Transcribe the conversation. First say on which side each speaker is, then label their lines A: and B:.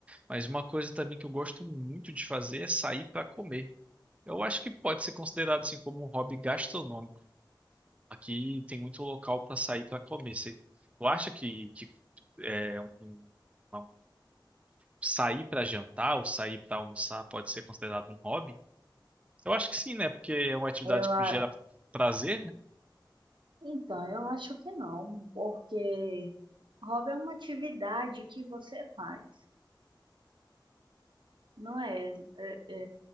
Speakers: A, on the right (about 15°); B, on the right (about 75°).
A: mas uma coisa também que eu gosto muito de fazer é sair pra comer. Eu acho que pode ser considerado assim como um hobby gastronômico Aqui tem muito local para sair para comer. Você, tu acha que, que é, um, um- um- sair para jantar ou sair para almoçar pode ser considerado um hobby? Eu acho que sim, né? Porque é uma atividade
B: Eu,
A: que
B: a-
A: gera prazer, né?
B: então, eu acho que não, porque hobby é uma atividade que você faz, não é? É,